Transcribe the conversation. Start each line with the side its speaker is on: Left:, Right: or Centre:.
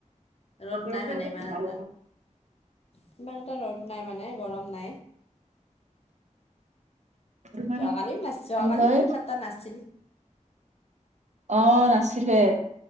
Left: ৰ'দ
Right: বতৰটো
Left: নাই মানে
Right: আজি
Left: ইমান
Right: ভাল
Left: এটা, ইমান এটা ৰ'দ নাই মানে গৰম নাই',
Right: তোমাৰ
Left: যোৱাকালিও নাচোৱা আৰু যোৱা
Right: কি
Left: কালিও
Right: হয়
Left: ইমানো তাত নাছিলোঁ',
Right: অহ', নাছিলে',